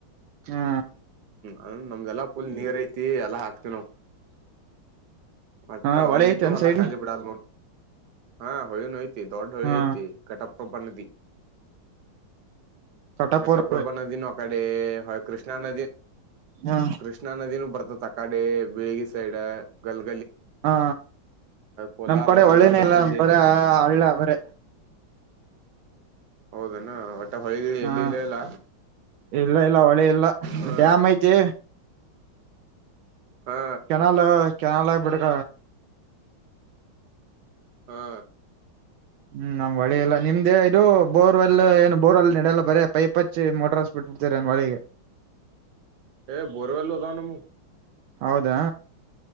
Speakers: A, on the right; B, on the right.
A: ಹಾ
B: ಅ ನಮ್ದೆಲ್ಲಾ ಪುಲ್ ನೀರ್ ಐತಿ ಎಲ್ಲಾ ಹಾಕ್ತಿವಿ ನಾವವು ಮತ್ತ
A: ಹಾ ಹೊಳೆ
B: ಒಂದಿಟ್ಟು
A: ಐತೆ ಒಂದ್
B: ಹೊಲಾ
A: ಸೈಡ್
B: ಖಾಲಿ ಬಿಡಲ್ ಹ ಹೊಿ ನೋಯ್ತ ದೊಡಢಳತೆ
A: ಹಾ
B: ಕಟಪಭ ನದಿ <unintelligible>
A: ಕಟಾಪುರ್
B: ಘಟಪ್ರಭಾ ನದಿ ನ ಅ ಕಡೆ ಹ ಕೃಷ್ಣ ನದಿ
A: ಹಾ
B: ಕೃಷ್ಣಾ ನದಿನೂ ಬರ್ತತ್ ತಕಾಡೆ ಬೀಳಗಿ ಸೈಡ್ ಗಲ್
A: ಹಾ
B: ಕೋಲಾರ
A: ನಮ್ ಕಡೆ ಒಳ್ಳೇನೇ
B: ದೊಡ್ಡ
A: ಇಲ್ಲ
B: ಬ್ರಿಡ್ಜ್
A: ಬರೇ ಹಳ್ಳ ಬರೇ
B: ಹೌದಣ ಒಟ್ಟ ಹೊಳಿಗಿಳಿ
A: ಹಾ
B: ಎಲ್ಲಿ ಇಲ್ಲ ಇಲ್ಲ
A: ಇಲ್ಲ ಇಲ್ಲ ಒಳೆ ಇಲ್ಲ
B: ಹಾ
A: ಡ್ಯಾಮ್ ಐತೆ
B: ಹಾ
A: ಕೆನಾಲ್ ಕೆನಾಲ ಬಿಡ್ಗ
B: ಹಾ
A: ಹ್ಮ್ ನಮ್ ಒಳಿ ಇಲ್ಲ ನಿಮ್ದೇ ಇದು ಬೋರ್ವೆಲ್ ಏನು ಬೋರ್ವೆಲ್ ನಡೆಯಲ್ಲ ಬರೇ ಪೈಪ್ ಹಚ್ಚಿ ಮೋಟರ್ಸ್ಬಿಟ್ಟ ಬಿಡ್ತಾರೆ ಏನ್ ಮಳಿ
B: <inaudible> ಬೋರವಲ್ಲು ಅದಾವ ನಮ
A: ಹೌದಾ